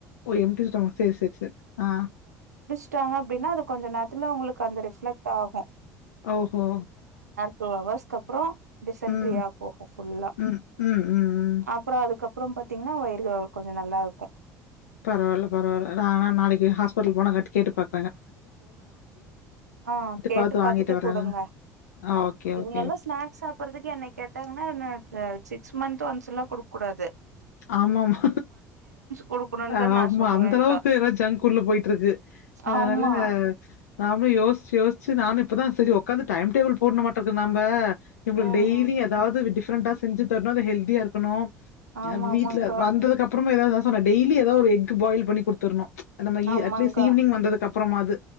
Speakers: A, on the left (about 70°); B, on the right (about 80°).
A: ஓ எம்டி ஸ்டமக் செர் செர் செர் ஆ
B: ட்டாங்க அப்டின்னா அது கொஞ்ச நேரத்துல அவுங்ளுக்கு அந்த ரிஃப்ளெக்ட் ஆகூ
A: ஓஹோ
B: டூ ஹவர்ஸ்கப்றோ டிசன்ட்ரியா
A: ம்,
B: போகூ ஃபுல்லா
A: ம், ம், ம், ம்.
B: அப்றோ அதுக்கப் அப்றம் பாத்தீங்னா வயிறு அ கொஞ்சோ நல்லாருக்கூ
A: பரவால பரவால்ல நா நாளைக்கு ஹாஸ்பிடல் போனா கட் கேட்டு பாக்
B: ஆ கேட்டு
A: பாத்து
B: பாத்துட்டு
A: வாங்கிட்டு வரேன்.
B: குடுங்க
A: ஆ ஓகே,
B: இவங்கல்லா
A: ஓகே.
B: ஸ்நாக்ஸ் சாப்பிட்றதுக்கு என்ன கேட்டாங்கன்னா ந ச் சி டூ மந்த்ஸ் ஒன்ஸ்லா குடுக்கூடாது
A: ஆமாமா
B: குடுக்கணுனு தா
A: ஆமா
B: நா சொல்லுவேங்க்கா
A: அந்தளவுக்கு எல்லா ஜங்குள்ள போயிட்ருக்கு அத்னால
B: ஆமா
A: நா நாமே யோசிச்சு யோசிச்சு நானே இப்பதா செரி ஒக்காந்து டைம் டேபிள் போடணூமாட்டுக்கு நம்ப இவுங்ளுக்கு
B: ம்
A: டெய்லி
B: ம்
A: எதாவ்து டிஃப் டிஃப்ரண்டா செஞ்சு தர்ணூ அது ஹெல்தியா இருக்கணூ
B: ஆமா
A: அ வீட்ல
B: ஆமாங்க்கா
A: வந்ததுகப்ற் பமோ இததா சொன்னா டெய்லி ஏதாவ் ஒரு எக் பாயில் பண்ணி குடுத்துர்ணூ அந்தமாயி
B: ஆமாங்க்கா
A: அட்லீஸ்ட் ஈவினிங் வந்ததுக்கப்புறமாது